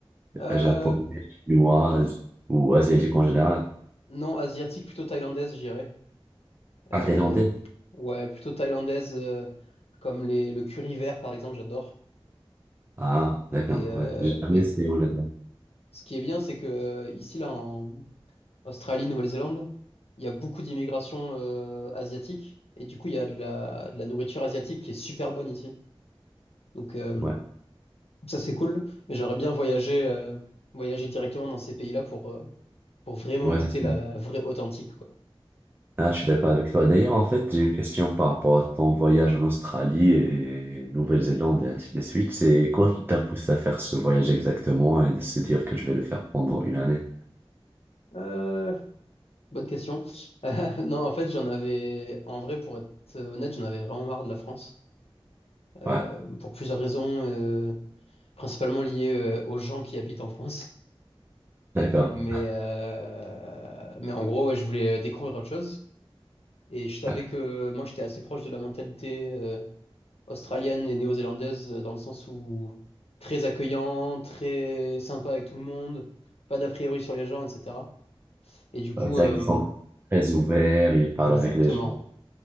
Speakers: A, on the left (about 85°); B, on the right (about 20°).
A: Euh,
B: Japonais, chinoise ou asiatique en général?
A: non, asiatique, plutôt thaïlandaise, je dirais. Euh,
B: Ah, thaïlandais?
A: ouais, plutôt thaïlandaise, euh, comme les, le curry vert, par exemple, j'adore.
B: Ah, d'accord.
A: Et euh,
B: Ouais. J'ai jamais
A: mais
B: essayé honnêtement.
A: ce qui est bien, c'est que ici, là, en Australie, Nouvelle-Zélande, il y a beaucoup d'immigration euh, asiatique, et du coup, il y a de la, de la nourriture asiatique qui est super bonne ici. Donc, euh,
B: Ouais.
A: Ça, c'est cool, mais j'aimerais bien voyager, euh, voyager directement dans ces pays-là pour, euh, pour vraiment
B: Ouais,
A: goûter
B: c'est
A: la
B: ça.
A: vraie authentique, quoi.
B: Ah, je suis d'accord avec toi. D'ailleurs, en fait, j'ai une question par rapport à ton voyage en Australie et Nouvelle-Zélande et ainsi de suite. C'est quoi qui t'a poussé à faire ce voyage exactement et de se dire que je vais le faire pendant une année?
A: Euh, bonne question. <laughs> Euh, non, en fait, j'en avais, en vrai, pour être honnête, j'en avais vraiment marre de la France, euh,
B: Ouais,
A: pour plusieurs raisons, euh, principalement liées, euh, aux gens qui habitent en France.
B: d'accord.
A: Mais, euh, mais en gros, ouais, je voulais euh, découvrir autre chose. Et je savais
B: Ouais.
A: que moi, j'étais assez proche de la mentalité, euh, australienne et néo-zélandaise dans le sens où très accueillant, très sympa avec tout le monde, pas d'a priori sur les gens, etc. Et du coup,
B: Ouais, C'est
A: euh,
B: vrai qu'ils sont très ouverts, ils parlent
A: exactement.
B: avec les gens,